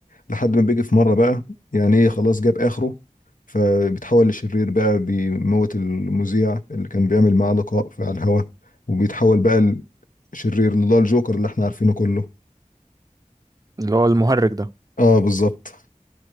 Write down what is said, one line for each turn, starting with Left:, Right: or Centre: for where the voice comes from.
Left: لحد ما بيجي في مره بقى يعني ايه خلاص جاب اخره فبيتحول لشرير بقى بيموت المذيع اللي كان بيعمل معاه لقاء في على الهوا وبيتحول بقى لشرير اللي هو الجوكر اللي احنا عارفينه كله
Right: اللي هو المهرج ده
Left: اه بالظبط